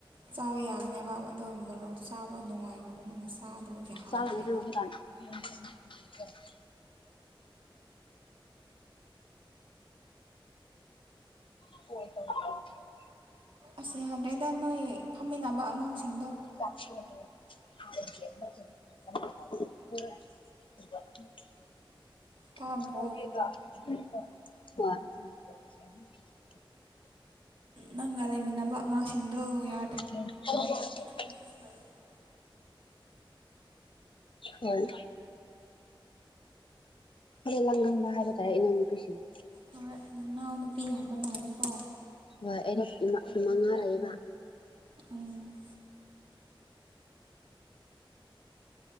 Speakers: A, on the right; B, on the left.
A: ꯆꯥꯕ ꯌꯥꯕꯅꯦꯕ ꯑꯗꯨꯒ ꯃꯣꯔꯣꯛ ꯆꯥꯕ ꯅꯨꯡꯉꯥꯏ <unintelligible> ꯆꯥꯗꯕꯒꯤ ꯍꯥꯎꯇ꯭ꯔꯦ
B: ꯆꯥꯔꯨꯅꯨ ꯅꯪ <inaudible> <inaudible>
A: ꯑꯁ ꯌꯥꯗꯦꯗ ꯅꯣꯏ ꯐꯝꯃꯤꯟꯅꯕ ꯑꯉꯥꯡꯁꯤꯡꯗꯣ
B: <unintelligible>
A: ꯇꯥꯗ꯭ꯔꯣ
B: ꯍꯣꯏ
A: ꯅꯪꯒ ꯂꯩꯃꯤꯟꯅꯕ ꯑꯉꯥꯡꯁꯤꯡꯗꯣ ꯌꯥ
B: <inaudible>
A: <inaudible>
B: ꯍꯣꯏ ꯈꯔ ꯂꯪꯒꯟꯕ ꯍꯥꯏꯕ ꯇꯥꯔꯦ ꯏꯅꯥꯎ ꯅꯨꯨꯄꯤꯁꯤꯡꯅ
A: ꯍꯣꯏ ꯅꯅꯥꯎ ꯅꯨꯄꯤ ꯌꯥꯝꯕ ꯃꯥꯜꯂꯦꯀꯣ
B: ꯍꯣꯏ ꯑꯩ ꯃ ꯃꯉꯥ ꯂꯩꯕ
A: ꯎꯝ